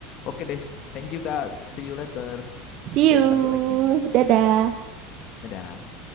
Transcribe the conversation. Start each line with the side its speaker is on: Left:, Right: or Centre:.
Left: Oke deh. Thank you, Kak. See you later.
Right: See
Left: Dan
Right: you,
Left: nanti lagi.
Right: dadah.
Left: Dadah.